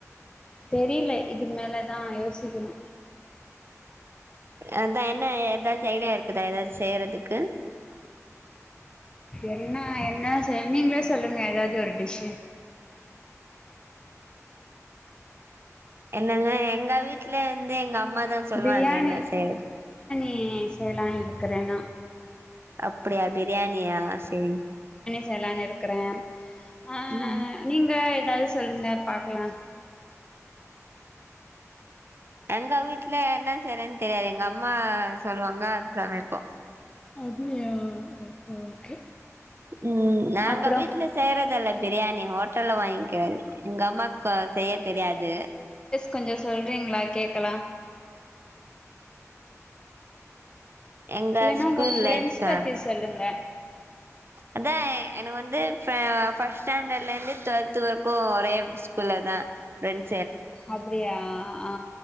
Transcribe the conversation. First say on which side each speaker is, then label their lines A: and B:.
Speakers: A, on the left; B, on the right.
A: தெரல இதுக்கு மேலதா யோசிக்கணு
B: அதா என்ன எதாச்சு ஐடியா இருக்குதா எதாச்சு செய்றதுக் க்கு
A: என்ன என்ன சொல் நீங்களே சொல்லுங்க எதாவது ஒரு டிஷ்சு
B: என்னங்க எங்க வீட்ல வந்து எங்க அம்மாதா சொல்வாங்க
A: பிரியாணி
B: என்ன செய்
A: பிரியாணி செய்லான் க்கரனா
B: அப்டியா எப் பிரியாணியா சேரி
A: செய்லான் இருக்குற ஆ
B: ம்
A: நீங்க எதாவது சொல்லுங்க பாக்கலா
B: எங்க வீட்ல என்ன செய்ரேன் தெரியாது எங்க அம்மா சொல்லுவாங்க அது சமைப்போ
A: அப்டியா ஓகே ஓகே
B: ம் நாங்க
A: அப்புறோ
B: வீட்ல செய்யுறதில்ல இப் பிரியாணி ஹோட்டல்ல வாங் கது எங்க அம்மாக்கு செய்ய தெரியாது
A: கொஞ்ச சொல்றீங்களா கேக்கலா
B: எங்க
A: இல்லன்னா
B: ஸ்கூல்
A: உங்க ஃப்ரெண்ஸ்
B: லைஃப் தா
A: பத்தி சொல்லுங்க
B: அதா எனக் வந்து ப ஃபஸ்டன்டேல இருந்து டுவெல்த் வரைக்கு ஒரே ஸ்கூல்ல த ப்ரெண்ட்
A: அப்டியா ஆ